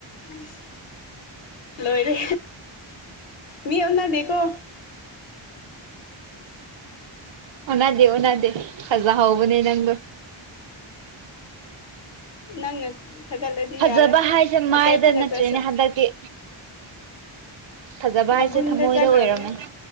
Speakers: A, on the left; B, on the right.
A: ꯑꯩꯁ ꯂꯣꯏꯔꯦ ꯃꯤ ꯑꯣꯅꯥꯗꯦꯀꯣ
B: ꯑꯣꯟꯅꯗꯦ ꯑꯣꯟꯅꯗꯦ ꯐꯖꯍꯧꯕꯅꯦ ꯅꯪꯗꯣ
A: ꯅꯪꯅ ꯊꯥꯒꯠꯂꯗꯤ
B: ꯐꯖꯕ
A: ꯌꯥꯔꯦ
B: ꯍꯥꯏꯁꯦ ꯃꯥꯏꯗ
A: ꯑꯇꯩ ꯊꯥꯒꯠꯇ꯭ꯔꯁꯨ
B: ꯅꯠꯇ꯭ꯔꯦꯅꯦ ꯍꯟꯗꯛꯇꯤ ꯐꯖꯕ
A: ꯃꯒꯨꯟꯗ
B: ꯍꯥꯏꯁꯦ ꯊꯃꯣꯏꯗ
A: ꯆꯠꯈ꯭ꯔꯕꯅꯦ
B: ꯑꯣꯏꯔꯝꯃꯦ